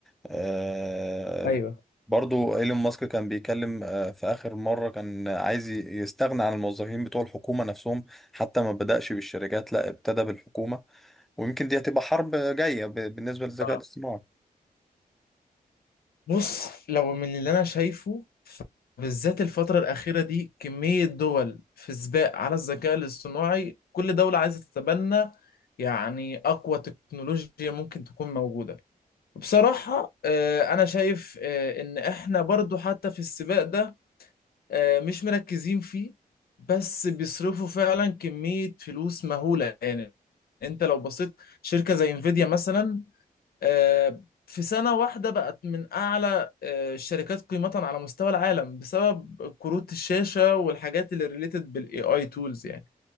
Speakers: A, in the centre; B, on the left.
A: آه،
B: ايوه
A: برضو ايلون ماسك كان بيتكلم آه، في آخر مرة كان عايز ي- يستغنى عن الموظفين بتوع الحكومة نفسهم حتى ما بدأش بالشركات لا ابتدى بالحكومة ويمكن دي هتبقى حرب جاية ب- بالنسبة للذكاء
B: آه.
A: الاصطناعي
B: بص لو من اللي انا شايفه بالذات الفترة الأخيرة دي كمية دول في سباق على الذكاء الاصطناعي كل دولة عايزة تتبنى يعني أقوى تكنولوجيا ممكن تكون موجودة بصراحة آه، أنا شايف آه، إن إحنا برضو حتى في السباق ده آه، مش مركزين فيه بس بيصرفوا فعلا كمية فلوس مهولة يعني انت لو بصيت شركة زي انفيديا مثلا آه، في سنة واحدة بقت من أعلى آه، الشركات قيمة على مستوى العالم بسبب كروت الشاشة والحاجات اللي ريليتد بالاي اي تولز يعني